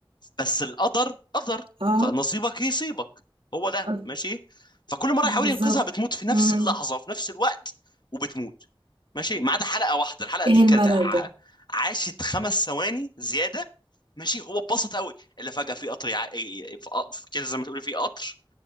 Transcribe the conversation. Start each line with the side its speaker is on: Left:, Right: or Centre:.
Left: بس القدر قدر
Right: آه،
Left: فنصيبك يصيبك هو ده
Right: آه،
Left: ماشي فكل مره
Right: بالضبط،
Left: يحاول ينقذها بتموت في نفس
Right: إمم،
Left: اللحظه في نفس الوقت وبتموت ماشي ما عدا حلقه واحده الحلقه
Right: إيه
Left: دي كانت
Right: الملل
Left: ع-
Right: ده؟
Left: عاشت خمس ثواني زياده ماشي هو اتبسط قوي اللي فجاه في قطر يع... في ق- في كده زي ما تقولي في قطر